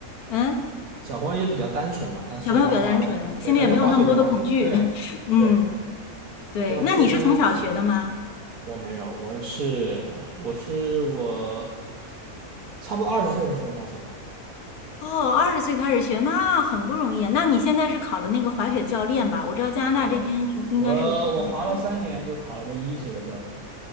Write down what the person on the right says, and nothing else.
小朋友就比较单纯嘛，他所以他滑的，
对，他就滑雪就滑，对对，
就像出生
我没有，我是我是我差不多二十岁的时候开始吧，
对，我我滑了三年就考了个一级的教练，